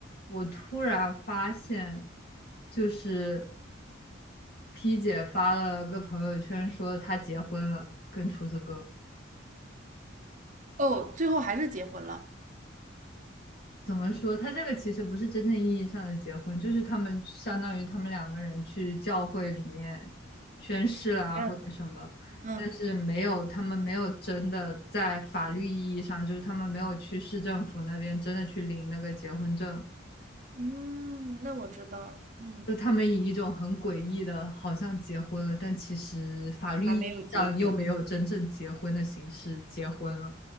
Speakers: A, on the left; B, on the right.
A: 我突然发现，就是 P 姐发了个朋友圈说她结婚了，跟厨子哥。
B: 哦，最后还是结婚了。
A: 怎么说？他这个其实不是真正意义上的结婚，就是他们相当于他们两个人去教会里面宣誓啊，
B: 领证，
A: 或者什么，
B: 嗯
A: 但是没有，他们没有真的在法律意义上，就是他们没有去市政府那边真的去领那个结婚证。
B: 嗯，那我知道了。嗯
A: 就他们以一种很诡异的，好像结婚了，但其实法律意义上又没有真正结婚的形式结婚了，
B: 还没有结婚，